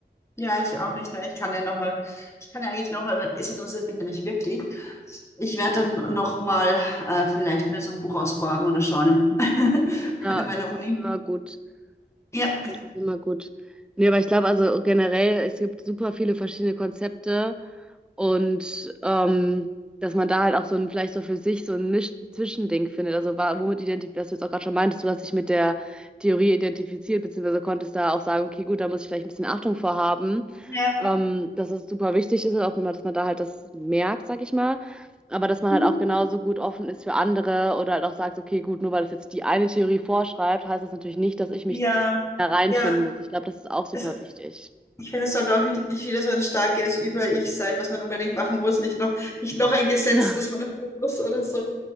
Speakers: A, on the left; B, in the centre.
A: Ja, ich auch nicht. Ne? Ich kann ja noch mal, ich kann ja eigentlich noch mal, es interessiert mich nämlich wirklich. Ich werde dann noch mal äh, vielleicht mir so ein Buch ausborgen oder schauen <laughs>
B: Ja,
A: in meiner
B: das
A: Uni.
B: ist immer gut.
A: Ja,
B: Das ist immer gut. Nee, aber ich glaube also generell, es gibt super viele verschiedene Konzepte Und ähm, dass man da halt auch so ein, vielleicht so für sich so ein Misch Zwischending findet. Also wa- womit identifiziert, was du jetzt auch gerade schon meintest, du hast dich mit der Theorie identifiziert, beziehungsweise konntest da auch sagen, okay, gut, da muss ich vielleicht ein bisschen Achtung vor haben,
A: ja,
B: ähm, dass es super wichtig ist und auch, dass man da halt das merkt, sag ich mal. Aber dass man
A: mhm.
B: halt auch genauso gut offen ist für andere oder halt auch sagt, okay, gut, nur weil das jetzt die eine Theorie vorschreibt, heißt das natürlich nicht, dass ich mich
A: ja,
B: da reinfinden
A: ja.
B: muss. Ich glaube, das ist auch super
A: Es,
B: wichtig.
A: ich finde, es sollte auch nicht, nicht wieder so ein starkes Über-Ich sein, was man unbedingt machen muss. Nicht noch, nicht noch ein Gesetz,
B: <laughs>
A: das man <laughs> erfüllen muss oder so,